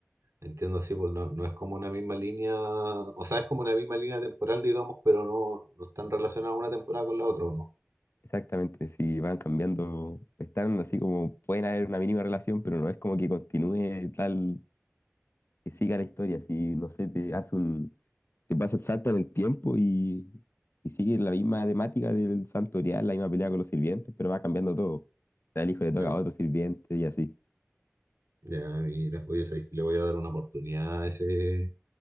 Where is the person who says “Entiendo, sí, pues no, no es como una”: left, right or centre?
Right